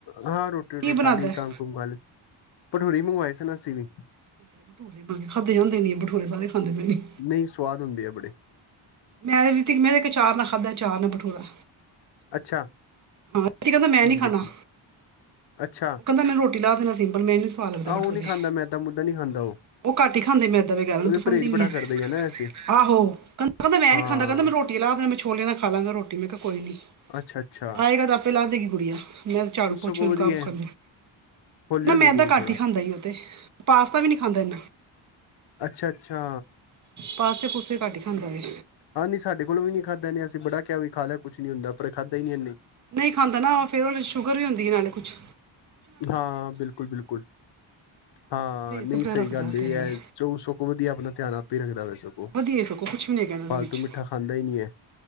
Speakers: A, on the left; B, on the right.
A: ਹਾਂ ਰੋਟੀ ਰੁਟੀ
B: ਕੀ
A: ਖਾਲੀ
B: ਬਣਾਦਾ
A: ਕਾੰਮ ਕੁੰਮ ਕਾਰਲੇ, ਭਠੂਰੇ ਈ ਮੰਗਵਾਏ ਸਾਨ ਅਸੀ ਵੀ
B: <unintelligible> ਖਾਦੇੇ ਜਾਂਦੇ ਨੇ ਭਟੂਰੇ ਸਾਰੇ ਖਾਂਦੇ ਪੇ ਨੇ।
A: ਨਈ ਸਵਾਦ ਹੁੰਦੇ ਆ ਬੜੇ
B: ਮੈਂ <unintelligible> ਚਾਰ ਨਾਲ ਖਾਧਾ, ਚਾਰ ਨਾਲ ਬਠੂਰਾ
A: ਅੱਛਾ
B: ਹਾਂ, <unintelligible> ਕੈਂਦਾ ਮੈਂ
A: ਠੀਕ
B: ਨੀ ਖਾਨਾ।
A: ਹੈ ਠੀਕ ਅੱਛਾ
B: ਓ ਕੈਂਦਾ ਮੈਨ ਰੋਟੀ ਲਾ ਦੇਨੀ ਸਿੰਪਲ ਮੈਨ ਸਵਾਦ ਲੱਗਦਾ
A: ਆਹ ਉਹ
B: ਭਠੂਰੇ
A: ਨੀ ਖਾਂਦਾ ਮੈਦਾ ਮੁੱਦਾ ਨੀ ਖਾਂਦਾ ਉਹ
B: ਓ ਘਾੱਟ ਈ ਖਾਂਦੇ ਮੈਂਦਾ ਵਗੈਰਾ
A: ਤੇ
B: ਓਨੂੰ
A: ਉਹਦੇ
B: ਪਸੰਦ
A: ਪਰਹੇਜ਼
B: ਈ
A: ਬੜਾ
B: ਨੀ ਐ।
A: ਕਰਦਾ ਹੀ ਆ ਨਾ ਵੈਸੇ
B: ਆਹੋ ਕੈਂਦਾ ਮੈਂ ਐ
A: ਹਾਂ
B: ਨੀ ਖਾਂਦਾ ਕੈਂਦਾ ਮੈਨੂੰ ਰੋ ਰੋਟੀ ਲਾਦੇਂ ਮੈਂ ਛੋਲੇ ਨਾਲ ਖਾ ਲਾਂਗਾ ਰੋਟੀ ਮੈਂ ਕੇਆ ਕੋਈ ਨੀ।
A: ਅੱਛਾ, ਅੱਛਾ।
B: ਆਏਗਾ ਤੇ ਆਪੇ ਲਾ ਦੇਗੀ ਗੁੜੀਆ, ਮੈਂ ਝਾੜੂ
A: ਇਹ
B: ਪੋਛੇ
A: ਸਗੋਂ ਵਧੀਆ
B: ਕਾੰਮ ਕਾੱਰ
A: ਹੌਲੀ-ਹੌਲੀ
B: ਨਾ ਮੈਦਾ
A: ਬੋਲ
B: ਘਾੱਨ
A: ਥੋੜਾ
B: ਈ ਖਾਂਦਾ ਓ ਤੇ, ਪਾਸਤਾ ਵੀ ਨੀ ਖਾਂਦਾ ਏਨਾ
A: ਅੱਛਾ, ਅੱਛਾ।
B: ਪਾਸਤੇ ਪੂਸਤੇ ਘਾੱਟ ਈ ਖਾਂਦਾ ਵੇ।
A: ਹਾਂ ਨੀ ਸਾਡੇ ਕੋਲ ਵੀ ਨੀ ਖਾਧਾ ਨੇ ਅਸੀ ਬੜਾ ਕੇਆ ਵੀ ਖਾਲੇ ਕੁੱਛ ਨੀ ਹੁੰਦਾ ਪਰ ਖਾਧਾ ਈ ਨੀ ਐਨੇ
B: ਨਈ ਖਾਂਦਾ ਨਾ, ਫੇਰ ਓਨਂ ਸ਼ੂਗਰ ਵੀ ਹੁੰਦੀ ਏ ਨਾਲੇ ਕੁੱਛ
A: ਹਾਂ ਬਿਲਕੁਲ, ਬਿਲਕੁਲ। ਹਾਂ
B: ਪਰਹੇਜ਼
A: ਨੀ
B: ਤਾਂ ਬੜਾ
A: ਸਈ
B: ਰੱਖਦਾ
A: ਗਾੱਲ
B: ਉਹ
A: ਏ
B: ਤਾਂ ਹੈ ਹੀ
A: ਐ। ਚੋ ਸਕੋ ਵਦੀਆ ਆਪਨਾ ਧੇਆਨ ਆਪ ਈ ਰੱਖਦਾ ਵੇ ਸਗੋ,
B: ਵਧੀਆ ਸਗੋਂ ਕੁਛ ਵੀ ਨਹੀਂ ਹੈਗਾ ਇਹਨਾਂ
A: ਫਾਲਤੂ
B: ਦੇ ਵਿੱਚ
A: ਮਿੱਠਾ ਖਾਂਦਾ ਈ ਨੀ ਐ।